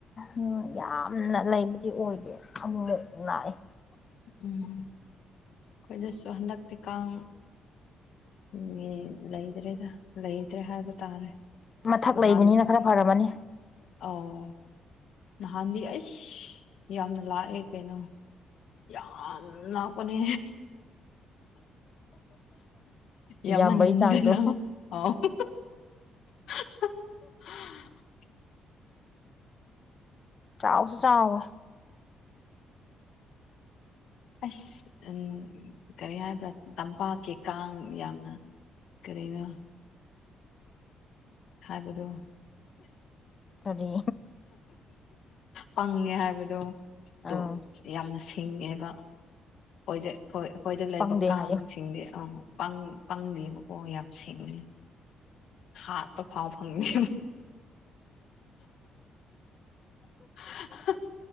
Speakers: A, on the left; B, on the left.
A: <inaudible> ꯌꯥꯝꯅ ꯂꯩꯕꯒꯤ ꯑꯣꯏꯗꯦ ꯑꯃꯃꯨꯛ ꯂꯥꯛꯏ
B: ꯎꯝ ꯑꯩꯈꯣꯏꯗꯁꯨ ꯍꯟꯗꯛꯇꯤ ꯀꯥꯡ ꯎ ꯂꯩꯗ꯭ꯔꯦꯗ ꯂꯩꯇ꯭ꯔꯦ ꯍꯥꯏꯕ ꯇꯥꯔꯦ
A: ꯃꯊꯛ
B: ꯅꯍꯥꯟ
A: ꯂꯩꯕꯅꯤꯅ ꯈꯔ ꯐꯔꯕꯅꯤ
B: ꯑꯧ ꯅꯍꯥꯟꯗꯤ ꯑꯩꯁ ꯌꯥꯝꯅ ꯂꯥꯛꯑꯦ ꯀꯩꯅꯣ ꯌꯥꯝ ꯂꯥꯛꯄꯅꯤ ꯌꯥꯝꯃꯟꯗꯅ
A: ꯌꯥꯝꯕꯩ ꯆꯥꯡꯗꯣ
B: ꯑꯣ <unintelligible>
A: ꯆꯥꯎꯁꯨ ꯆꯥꯎꯈꯔꯦ
B: ꯑꯁ ꯎ ꯀꯔꯤ ꯍꯥꯏꯕ꯭ꯔꯥ ꯇꯝꯄꯥꯛꯀꯤ ꯀꯥꯡ ꯌꯥꯝꯅ ꯀꯔꯤꯅꯣ ꯍꯥꯏꯕꯗꯣ
A: ꯀꯔꯤ
B: ꯄꯪꯉꯦ ꯍꯥꯏꯕꯗꯣ ꯗꯣ
A: ꯑꯥ
B: ꯌꯥꯝꯅ ꯁꯤꯡꯉꯦꯕ ꯑꯩꯈꯣꯏꯗ ꯑꯩꯈꯣꯏ ꯑꯩꯈꯣꯏꯗ ꯂꯩꯕ
A: ꯄꯪꯗꯦ
B: ꯀꯥꯡꯁꯤꯡꯁꯦ
A: ꯍꯥꯏꯌꯨ
B: ꯑ ꯄꯪ ꯄꯪꯗꯦꯕꯀꯣ ꯌꯥꯝ ꯁꯦꯡꯉꯦ ꯍꯥꯥꯠꯕ ꯐꯥꯎ ꯐꯪꯗꯦ <unintelligible>